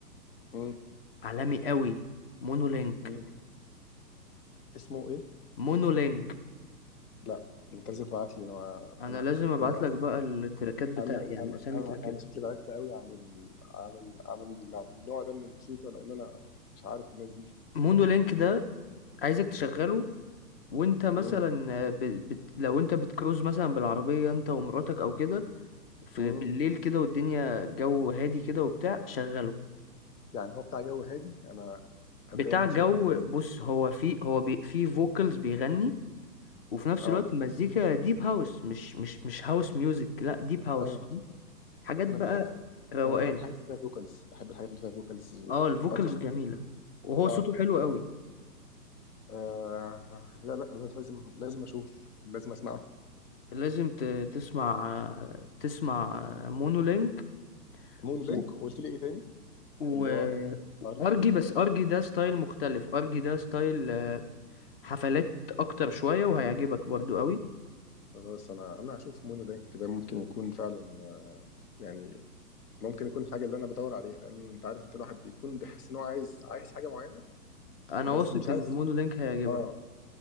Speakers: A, on the left; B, on the left.
A: امم
B: عالمي قوي مونولينك
A: مين اسمه ايه
B: مونولينك
A: لا انت لازم تبعت لي انا
B: انا
A: انا
B: لازم ابعت
A: انا
B: لك بقى التراكات بتاع
A: انا
B: يعني
A: انا
B: اسامي
A: انا,
B: تراكات
A: أنا شكلي بعدت قوي عن ال عن ال عن, ال عن النوع ده من الموسيقى لان انا مش عارف الناس دي
B: مونولينك ده عايزك تشغله وانت مثلا
A: امم
B: آه، ب... بت... لو انت بتكروز مثلا بالعربية انت ومراتك او كده في
A: امم
B: بالليل كده والدنيا جو هادي كده وبتاع شغله
A: يعني هو بتاع جو هادي انا
B: بتاع
A: انا دايما
B: جو
A: شايف ان ال-
B: بص هو في هو بي في فوكالز بيغني وفي نفس
A: اه
B: الوقت المزيكا ديب هاوس مش مش مش هاوس ميوزك لا ديب هاوس
A: ايوه
B: فاهم؟ حاجات بقى
A: انا بحب
B: روقان
A: انا بحب الحاجات اللي فيها فوكالز بحب الحاجات اللي فيها فوكالز
B: اه الفوكالز
A: اكتر
B: جميلة وهو
A: اه
B: صوته حلو قوي
A: آه، لا لا أنا لازم لازم اشوف لازم اسمعها
B: لازم ت- تسمع تسمع مونولينك
A: مونو لينك
B: و
A: قلت لي ايه تاني
B: و
A: اللي هو ارجي
B: ارجي بس ارجي ده ستايل مختلف ارجي ده ستايل حفلات اكتر شوية وهيعجبك برضو قوي
A: خلاص انا انا هشوف مونو لينك ده ممكن يكون فعلا آه، يعني ممكن يكون الحاجه اللي انا بدور عليها لان انت عارف انت الواحد بيكون بيحس ان هو عايز عايز حاجه معينه
B: انا
A: بس
B: واثق
A: مش عارف
B: ان مونو لينك هيعجبك
A: اه